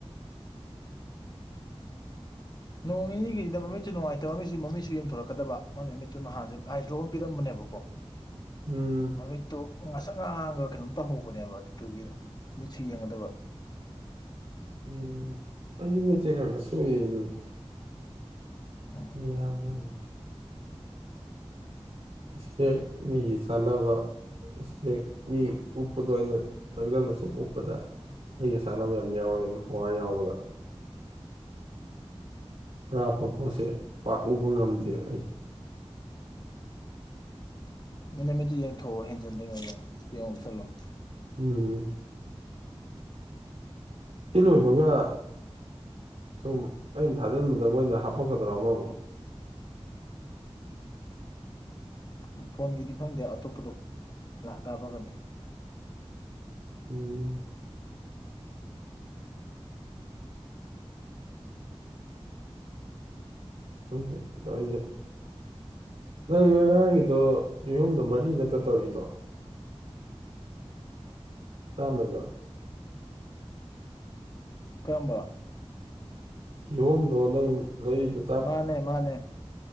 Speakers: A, on the left; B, on the right.
A: ꯅꯣꯡ ꯅꯤꯒꯤꯁꯤꯅ ꯃꯃꯤꯠꯇꯨ ꯅꯨꯡꯉꯥꯏꯇꯕ ꯃꯃꯤꯁꯨ ꯃꯃꯤꯠꯨ ꯌꯦꯡꯊꯣꯔꯛꯀꯗꯕ ꯃꯃꯤ ꯃꯃꯤꯠꯇꯨ ꯅꯍꯥꯟꯦ ꯑꯥꯏꯗ꯭ꯔꯣ ꯑꯃ ꯄꯤꯔꯝꯕꯅꯦꯕꯀꯣ
B: ꯎꯝ
A: ꯃꯃꯤ ꯇꯣ ꯉꯁꯛ ꯉꯥꯡꯉꯒ ꯀꯩꯅꯣꯝ ꯇꯧꯍꯧꯕꯅꯦꯕ ꯑꯗꯨꯗꯨꯒꯤ ꯃꯤꯠꯁꯨ ꯌꯦꯡꯒꯗꯕ
B: ꯎꯝ ꯑꯩꯁꯨ ꯃꯦꯠꯆꯦ ꯈꯀ ꯁꯣꯏ ꯌꯦꯡꯗꯨꯅꯤ
A: ꯎꯝ
B: ꯌꯥꯗ ꯏꯁꯄꯦꯛ ꯃꯤꯒꯤ ꯆꯥꯟꯅꯕ ꯏꯁꯄꯦꯛ ꯃꯤ ꯎꯞꯄꯗꯣ ꯑꯩꯅ ꯇꯪꯁꯤꯜꯂꯁꯨꯝ ꯎꯞꯄꯗ ꯑꯩꯒ ꯁꯥꯟꯅꯕ ꯌꯥꯝ ꯌꯥꯎ ꯆꯋꯦꯕ ꯄꯨꯋꯥꯋꯥ ꯌꯥꯎꯕꯗ ꯑꯔꯥꯞꯄ ꯄꯣꯠꯁꯦ ꯄꯥꯛꯎꯕ ꯉꯝꯗꯦꯕ ꯑꯩ
A: ꯃꯤꯅꯠꯃꯤꯠꯇ ꯌꯦꯡꯊꯣꯛꯑꯣ ꯍꯦꯟꯖꯟꯗ꯭ꯉꯩꯗ ꯌꯦꯡꯨ ꯆꯜꯂꯣ
B: ꯎꯝ ꯁꯤ ꯂꯣꯏꯕꯒ ꯁꯨꯝ ꯑꯩꯅ ꯊꯥꯖꯤꯟꯕꯗ ꯃꯣꯏꯅ ꯍꯥꯞꯄꯛꯀꯗ꯭ꯔꯣ ꯑꯃꯃꯨꯛ
A: ꯎ ꯐꯣꯟꯒꯤꯗꯤ ꯈꯪꯗꯦ ꯑꯇꯣꯞꯄꯗꯣ ꯂꯥꯛ ꯀꯥꯕꯒꯅꯤ
B: ꯎꯝ <inaudible> ꯅꯪ ꯉꯔꯥꯡꯒꯤꯗꯣ ꯌꯦꯍꯨꯝꯗꯣ ꯃꯔꯤ ꯅꯠꯇ ꯇꯧꯔꯤꯗꯣ ꯇꯃꯩꯗꯣ
A: ꯀꯔꯝꯕ
B: ꯀꯤꯍꯣꯝꯗꯣ ꯅꯪ ꯂꯩꯔꯤꯗꯨ
A: ꯃꯥꯅꯦ ꯃꯥꯅꯦ